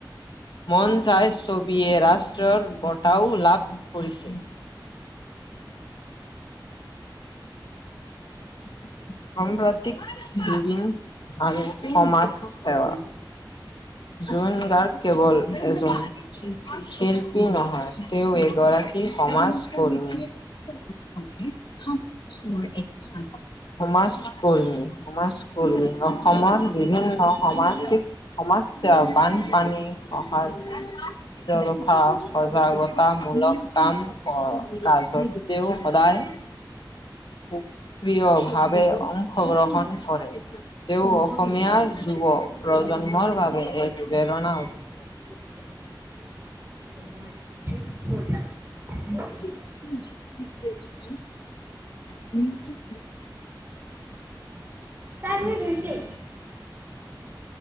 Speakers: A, on the left; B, on the right.
A: মন যায় ছবিয়ে ৰাষ্ট্ৰৰ বঁটাও লাভ কৰিছে। <inaudible> সাম্প্ৰতিক জুবিন আৰু সমাজ সেৱা জুবিন গাৰ্গ কেৱল এজন শিল্প- কি নহয় তেওঁ এগৰাকী সমাজকৰ্মী <unintelligible> সমাজকৰ্মী-সমাজকৰ্মী অসমৰ বিভিন্ন সমাজিক সমাজ সমস্যা বানপানী সহজ দ্বিতীয় কথা সজাগতামূলক কাম অ' কাজতেও সদায় <unintelligible> প্ৰিয়ভাৱে অংশগ্ৰহণ কৰে, তেওঁ অসমীয়া যুৱ প্ৰজ প্ৰজন্মৰ বাবে এক প্ৰেৰণা
B: <inaudible>
A: <inaudible>
B: চাৰ মিনিট হৈছে,